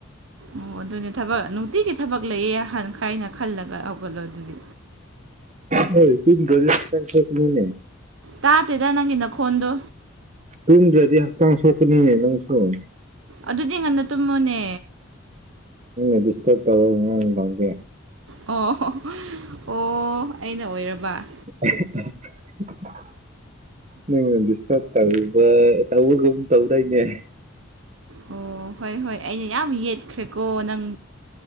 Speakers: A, on the right; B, on the right.
A: ꯑꯣ ꯑꯗꯨꯅꯦ ꯊꯕꯛ ꯅꯨꯡꯇꯤꯒꯤ ꯊꯕꯛ ꯂꯩꯌꯦ ꯑꯍꯥꯟ ꯈꯥꯏꯅ ꯈꯜꯂꯒ ꯍꯧꯒꯠꯂꯣ ꯑꯗꯨꯗꯤ
B: ꯍꯣꯏ ꯇꯨꯒ ꯀ ꯁ ꯃꯤꯅꯦ
A: ꯇꯥꯇꯦꯗ ꯅꯪꯒꯤꯅ ꯈꯣꯟꯗꯣ
B: ꯑꯗꯨꯨꯝꯗ꯭ꯔꯥꯗꯤ ꯍꯥꯛꯛꯇꯥꯡ ꯁꯣ ꯈꯨꯅꯤꯅꯦ ꯅꯪ ꯁꯨꯝ
A: ꯑꯗꯨꯗꯤ ꯉꯟꯅ ꯇꯨꯝꯃꯣꯅꯦ
B: ꯏꯗꯤꯁ ꯇꯧꯦ
A: ꯑꯣ ꯑꯣ ꯑꯩꯅ ꯑꯣꯏꯔꯕ
B: <unintelligible> ꯅꯪꯅ ꯗꯤꯁꯇꯕ ꯇꯧꯏꯗ ꯇꯧꯕꯒꯨ ꯇꯧꯗꯥꯏꯅꯦ
A: ꯑꯣ ꯍꯣꯏ ꯍꯣꯏ ꯑꯩꯅ ꯌꯥꯝ ꯌꯦꯠꯈ꯭ꯔꯦꯀꯣ ꯅꯪ